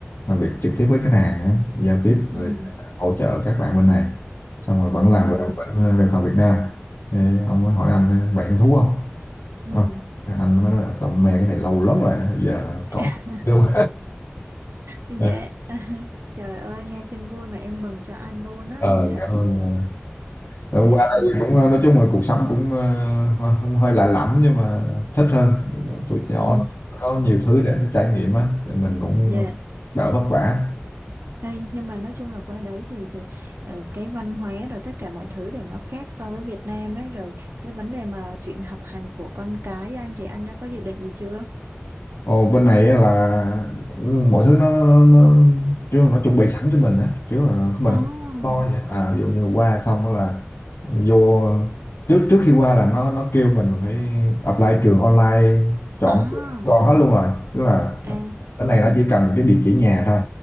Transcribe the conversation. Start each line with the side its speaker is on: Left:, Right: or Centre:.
Left: làm việc trực tiếp với khách hàng á, giao tiếp
Right: ừ,
Left: rồi ờ, hỗ trợ các bạn bên này xong rồi vẫn làm
Right: ừ,
Left: về bên văn phòng Việt Nam Thế ông mới hỏi anh mày hứng thú không
Right: ừ.
Left: Ờ, anh mới nói tao mê cái này lâu lắm rồi bây giờ có
Right: <laughs>
Left: Đúng.
Right: Dạ,
Left: <laughs>
Right: <laughs> trời ơi nghe tin vui mà em mừng cho anh luôn á.
Left: ờ
Right: Dạ,
Left: cảm ơn Ngọc. Rồi
Right: dạ,
Left: qua đây
Right: ừ,
Left: cũng ờ, nói chung là cuộc sống cũng ờ, không hơi lạ lẫm nhưng mà thích hơn tuổi nhỏ
Right: ừ,
Left: nó có nhiều thứ để nó trải nghiệm á thì mình cũng
Right: dạ.
Left: ờ, đỡ vất vả
Right: Đây, nhưng mà nói chung là qua đấy thì thì ờ, cái văn hóa rồi tất cả mọi thứ để nó khác so với Việt Nam ấy rồi cái vấn đề mà chuyện học hành của con cái anh thì anh đã có dự định gì chưa?
Left: Ồ, bên này á là mọi thứ nó nó, nó kiểu nó chuẩn bị sẵn cho mình á kiểu là mình
Right: Ồ,
Left: không lo vậy à ví dụ như qua xong á là vô trước trước khi qua là nó nó kêu mình phải apply trường online chọn
Right: à,
Left: trường con hết luôn rồi tức là
Right: à,
Left: cái này nó chỉ cần cái địa chỉ nhà thôi